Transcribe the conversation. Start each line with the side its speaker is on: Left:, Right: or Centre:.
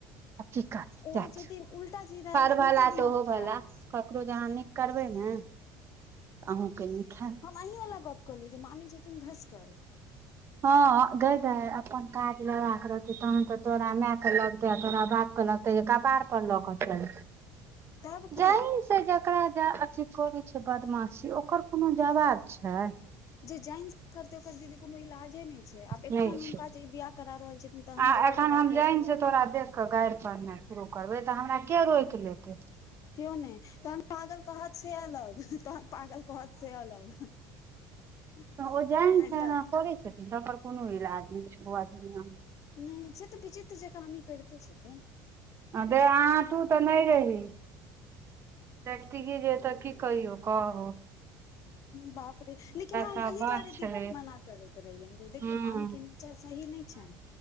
Right: आब की करबै
Left: ओ
Right: जाए
Left: छथिन
Right: दियौ
Left: उल्टा सीधा
Right: कर भला
Left: उल्टा दिमाग
Right: तऽ ओहो
Left: के
Right: भला
Left: आदमी
Right: ककरो जे अहाँ नीक करबै ने त अहूँके नीक हेएत
Left: अही वला गप कहलीयै जे मामी छेतीन घसकल
Right: हँ गे माय अपन काज लग के रहते तहन तऽ तोरा मै के लगत तोरा ब लगते कपार पर लोक च
Left: <unintelligible> की
Right: जाई जेकरा जे अथी करे छै बदमाशी ओकर कोनो जवाब छै।
Left: जे जैन ओ ते ओकर दीदी कोनो इलाजे नहि छै
Right: नहि
Left: आब एखन हुनका
Right: छै
Left: जे ई बियाह करा रहल छथिन तहन
Right: आ
Left: जेबै
Right: एखन
Left: तऽ भाय
Right: हम
Left: बहुत
Right: जानि
Left: बढ़िआँ
Right: से तोरा
Left: बहुत
Right: देख
Left: बढ़िआँ
Right: कऽ गारि पढ़नाइ शुरू करबै तऽ हमरा के रोकि लेत
Left: केओ नहि तहन पागल कहत से अलग तहन पागल कहत से अलग। <inaudible>
Right: आ जान
Left: मेंटल
Right: छै करै छथिन तकर कोनो इलाज नहि छै बआ दुनिया मे
Left: नहि से तऽ विजी तऽ जे कामी करते छैते
Right: दे अह तू तऽ नहि री देखती जे तऽ कि कहि कह
Left: बाप रे लेकिन हम
Right: सब
Left: एहि
Right: बात
Left: दुआरे
Right: छलै
Left: दीदी मना करैत रहियै देखियौ
Right: हूँ
Left: मामी के नेचर सही नहि छैन